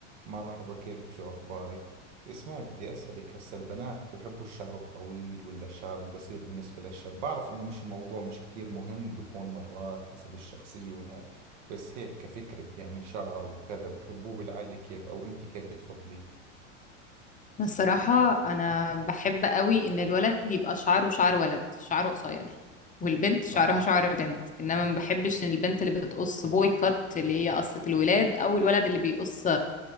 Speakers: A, on the right (about 70°); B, on the left (about 20°).
A: مرحبا كيفك شو أخبارك؟ اسمعي بدي أسألك هسا البنات بحبوا الشعر الطويل ولا الشعر القصير بالنسبة للشاب بعرف إنه مش الموضوع مش كثير مهم بيكون مرات حسب الشخصية والها بس هيك كفكرة يعني شعر وكذا بحبوه بالعادة كيف أو أنت كيف بتفضليه؟
B: أنا الصراحة أنا بحب قوي إن الولد يبقى شعره شعر ولد شعره قصير والبنت شعرها
A: آه
B: شعر بنت إنما ما بحبش إن البنت اللي بتقص بوي كات اللي هي قصة الولاد أو الولد اللي بيقص